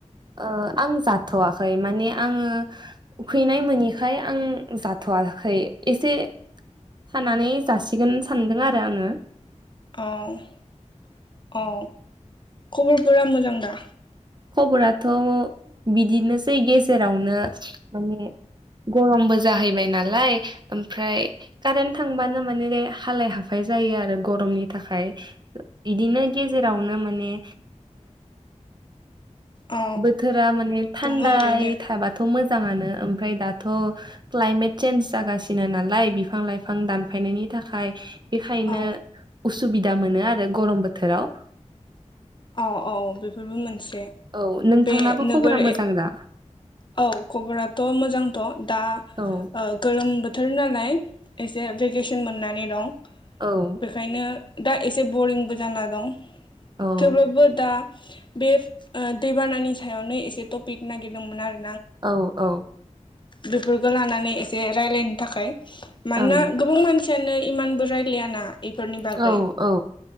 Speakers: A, on the right; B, on the left.
A: ओ आं जाथ'वाखै माने आङो उखैनाय मोनिखाय आं जाथ' वाखै एसे थानानै जासिगोन सानदों आरो आङो।
B: औ औ खबरफोरा मोजां दा?
A: खबराथ' बिदिनोसै गेजेरावनो माने गरमबो जाहैबाय नालाय ओमफ्राय कारेन्ट थांबानो माने हालाय हाफाय जायो आरो गरमनि थाखाय बिदिनो गेजेरावनो माने
B: औ
A: बोथोरा माने थान्दायै
B: दङ ओरैनो
A: थाबाथ' मोजां मोजाङानो ओमफ्राय दाथ' क्लाइमेट चेन्ज जागासिनो नालाय बिफां लाइफां दानफायनायनि थाखाय बेखायनो
B: औ
A: उसुबिदा मोनो आरो गरम बोथोराव
B: औ औ बेफोरबो मोनसे
A: औ नोंथांनाबो
B: बे नोगोर
A: खबरा मोजां दा
B: औ खबराथ' मोजांथ' दा
A: औ
B: गोलोम बोथोर बोथोर नालाय एसे भेकेसन मोननानै दं।
A: औ
B: बेखायनो दा एसे बरिंबो जाना दं
A: औ
B: थेवब्लाबो दा बे ओ दैबानानि सायावनो एसे टपिक नागिरदोंमोन आरो।
A: औ औ
B: बेफोरखौ लानानै एसे रायज्लायनो थाखाय मानोना
A: ओम
B: गोबां मानसि यानो इमानबो रायज्लायाना बेफोरनि बागै
A: औ औ